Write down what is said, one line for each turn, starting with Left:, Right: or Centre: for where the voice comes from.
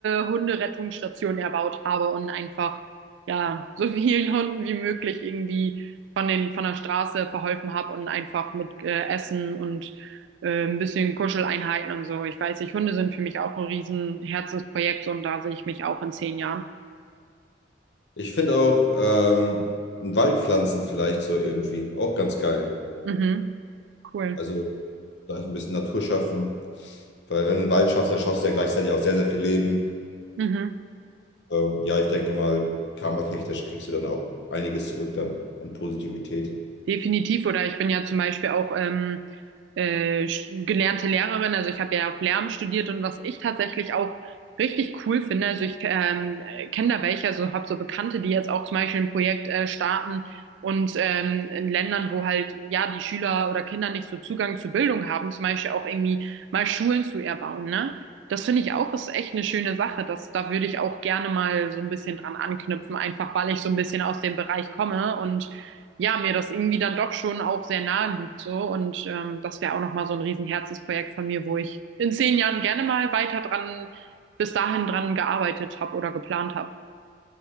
Right: äh, Hunderettungsstationen erbaut habe und einfach, ja, so vielen Hunden wie möglich irgendwie von den, von der Straße verholfen habe und einfach mit äh, Essen und äh, ein bisschen Kuscheleinheiten und so. Ich weiß nicht, Hunde sind für mich auch ein riesen Herzensprojekt und da sehe ich mich auch in zehn Jahren.
Left: Ich finde auch ähm, ein Waldpflanzen vielleicht so irgendwie auch ganz geil.
Right: Mhm. Cool.
Left: Also vielleicht ein bisschen Natur schaffen, weil wenn du einen Wald schaffst, dann schaffst du ja gleichzeitig auch sehr, sehr viel Leben.
Right: Mhm.
Left: Ähm, ja, ich denke mal, karmatechnisch kriegst du dann auch einiges zurück dann an Positivität.
Right: Definitiv, oder ich bin ja zum Beispiel auch ähm, äh, st- gelernte Lehrerin, also ich habe ja auf Lärm studiert und was ich tatsächlich auch richtig cool finde, also ich ähm, kenne da welche, also habe so Bekannte, die jetzt auch zum Beispiel ein Projekt äh, starten und ähm, in Ländern, wo halt ja die Schüler oder Kinder nicht so Zugang zu Bildung haben, zum Beispiel auch irgendwie mal Schulen zu erbauen, ne? Das finde ich auch, ist echt eine schöne Sache. Das, da würde ich auch gerne mal so ein bisschen dran anknüpfen, einfach weil ich so ein bisschen aus dem Bereich komme und ja, mir das irgendwie dann doch schon auch sehr nahe liegt so und ähm, das wäre auch nochmal so ein riesen Herzensprojekt von mir, wo ich in zehn Jahren gerne mal weiter dran, bis dahin dran gearbeitet habe oder geplant habe.